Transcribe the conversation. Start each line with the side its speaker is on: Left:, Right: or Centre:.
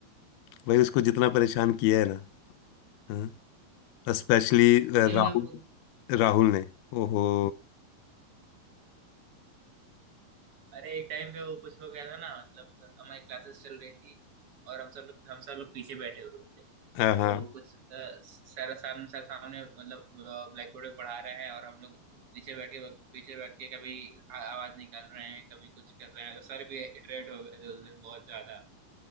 Left: भाई उसको जितना परेशान किया है ना हाँ। स्पेशली
Right: मुझे
Left: राहुल
Right: मतलब उन-
Left: राहुल ने ओहो
Right: अरे एक टाइम पे वो कुछ हो गया था ना मतलब हमारी क्लासेस चल रही थी और हम सब लोग हम सब लोग पीछे बैठे हुए थे
Left: हाँ हाँ
Right: तो कुछ अ, सर सामने सर सामने मतलब ब्लैक बोर्ड पे पढ़ा रहे हैं और हम लोग पीछे बैठ के पीछे बैठ के कभी आ- आवाज निकाल रहे हैं कभी कुछ कर रहे हैं तो सर भी इटरेट हो गए थे उस दिन बहुत ज्यादा